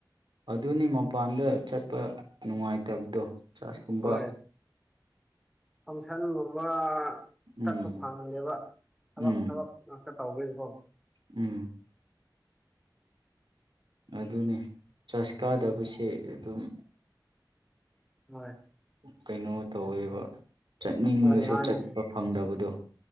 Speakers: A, on the right; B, in the centre.
A: ꯑꯗꯨꯅꯤ ꯃꯄꯥꯟꯗ ꯆꯠꯄ ꯅꯨꯡꯉꯥꯏꯇꯕꯗꯣ ꯆꯥꯁ ꯀꯨꯝꯕ
B: ꯍꯣꯏ ꯐꯪꯁꯟꯒꯨꯝꯕ
A: ꯎꯝ
B: ꯆꯠꯄ ꯐꯪꯉꯦꯕ ꯊꯕꯛ
A: ꯎꯝ
B: ꯊꯕꯛ ꯊꯛꯇ ꯇꯧꯒꯕꯣ
A: ꯎꯝ ꯑꯗꯨꯅꯤ ꯆꯁ ꯀꯥꯗꯕꯁꯦ ꯑꯗꯨꯝ
B: ꯍꯣꯏ
A: ꯀꯩꯅꯣ ꯇꯧꯋꯦꯕ ꯆꯠꯅꯤꯡꯕꯁꯨ
B: ꯍꯣꯏ ꯃꯥꯅꯦ
A: ꯆꯠꯄ ꯐꯪꯗꯕꯗꯣ